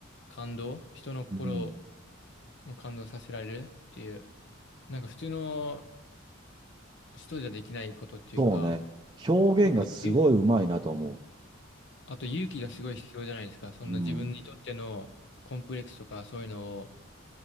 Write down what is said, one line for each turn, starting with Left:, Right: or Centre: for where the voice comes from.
Left: 感動、人の心
Right: うん。
Left: を感動させられるっていう、なんか普通の人じゃできないことっていうか、
Right: そうね。表現がすごい上手いなと思
Left: 本当にあと勇気がすごい必要じゃないですか。そんな自分にとってのコンプレックスとかそういうのを
Right: う。うん。